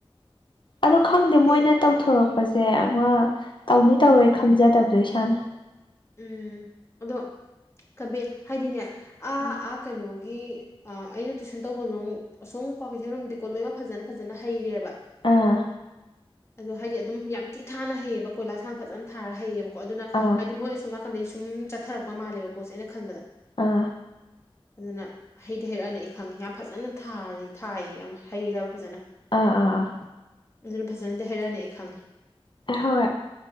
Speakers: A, on the left; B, on the left.
A: ꯑꯗꯨ ꯈꯪꯗꯦ ꯃꯣꯏꯅ
B: ꯍꯩ
A: ꯇꯧꯊꯣꯔꯛꯄꯁꯦ ꯑꯃ ꯇꯧꯅꯤ ꯇꯧꯔꯣꯏ ꯈꯪꯖꯗꯕꯗꯣ ꯏꯁꯥꯅ
B: ꯎꯝ ꯑꯗꯣ ꯀꯝꯕꯤ ꯍꯥꯏꯗꯤꯅꯦ ꯑꯥ
A: ꯎꯝ
B: ꯑꯥ ꯀꯩꯅꯣꯒꯤ ꯑ ꯑꯩꯅ ꯇꯨꯏꯁꯟ ꯇꯧꯕꯝꯂꯣꯝ ꯑꯁꯣꯝ ꯀ꯭ꯋꯥꯀꯩꯊꯦꯜꯔꯣꯝꯗꯤꯀꯣ ꯂꯣꯏꯅꯃꯛ ꯐꯖꯅ ꯐꯖꯅ ꯍꯩꯔꯦꯕ
A: ꯑꯥ
B: ꯑꯗꯣ ꯍꯥꯏꯗꯤ ꯑꯗꯨꯝ ꯌꯥꯝ ꯊꯤ ꯊꯥꯅ ꯍꯩꯑꯦꯕ ꯀꯣꯏꯂꯥꯁ ꯀꯥ ꯐꯖꯅ ꯊꯥꯔ ꯍꯩꯌꯦꯕ ꯀꯣ ꯑꯗꯨꯅ
A: ꯑꯥ
B: ꯍꯥꯏꯗꯤ ꯃꯣꯏ ꯑꯩ ꯁꯨꯝ ꯆꯠꯊꯔꯛꯄ ꯃꯥꯜꯂꯦꯕ ꯄꯣꯠꯁꯦ ꯑꯩꯅ ꯈꯟꯕꯗ
A: ꯑꯥ
B: ꯑꯗꯨꯅ ꯍꯩꯗꯤ ꯍꯩꯔꯛꯑꯅꯤ ꯈꯪꯉꯦ ꯌꯥꯝ ꯐꯖꯅ ꯊꯥꯗꯤ ꯊꯥꯏꯌꯦ ꯌꯥꯝ ꯍꯩꯔꯕ ꯐꯖꯅ
A: ꯑꯥ ꯑꯥ ꯑꯥ
B: ꯑꯗꯨꯅ ꯐꯖꯅꯗꯤ ꯍꯥꯏꯔꯛꯑꯅꯤ ꯑꯩ ꯈꯪꯉꯦ
A: ꯍꯣꯏ